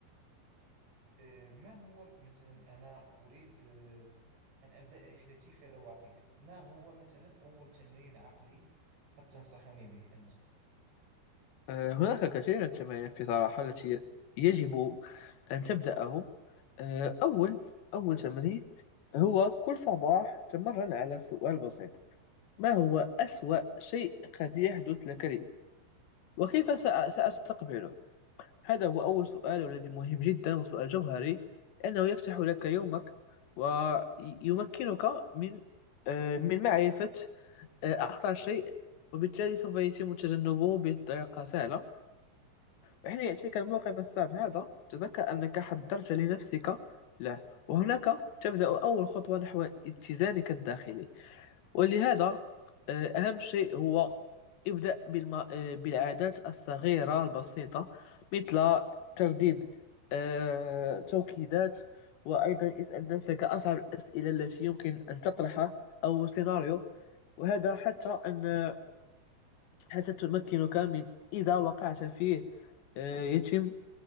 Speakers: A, on the right; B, on the left.
A: أه، ما هو مثلا أنا أريد أن أبدأ رحلتي في الرواقية ما هو مثلا أول تمرين عقلي قد تنصحني به أنت
B: آه، هناك الكثير من التمارين في صراحة التي يجب أن تبدأه آه، أول أول تمرين هو كل صباح تمرن على سؤال بسيط ما هو أسوأ شيء قد يحدث لك لي وكيف سأ- سأستقبله هذا هو أول سؤال والذي مهم جدا وسؤال جوهري لأنه يفتح لك يومك ويمكنك من آه، من معرفة آه، أخطر شيء وبالتالي سوف يتم تجنبه بطريقة سهلة وحين يأتيك الموقف الصعب هذا تذكر أنك حضرت لنفسك له وهناك تبدأ أول خطوة نحو اتزانك الداخلي ولهذا آه، أهم شيء هو ابدأ بالم... آه، بالعادات الصغيرة البسيطة مثل ترديد آه، توكيدات وأيضا اسأل نفسك أصعب الأسئلة التي يمكن أن تطرحها أو سيناريو وهذا حتى أن حتى تمكنك من إذا وقعت فيه آه، يتم